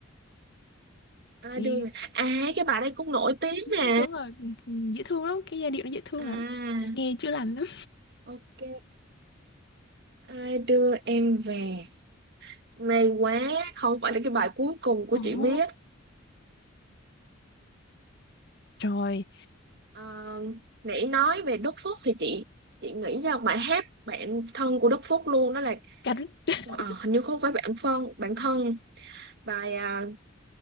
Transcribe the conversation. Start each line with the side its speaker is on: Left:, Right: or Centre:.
Right: à
Left: chị
Right: đưa
Left: nghe
Right: mà à cái bài đây cũng nổi tiếng
Left: ừ,
Right: mà
Left: đúng rồi ừ, ừ, dễ thương lắm cái giai điệu nó dễ thương
Right: à
Left: lắm nghe chữa lành lắm
Right: ok ai đưa em về May quá, không phải là cái bài cuối cùng của
Left: <laughs>
Right: chị
Left: ồ
Right: biết.
Left: rồi
Right: Ờ, nãy nói về Đức Phúc thì chị chị nghĩ ra bài hát bạn thân của Đức Phúc luôn đó là
Left: cà rích <laughs>
Right: ờ, hình như không phải bạn phân bạn thân bài à,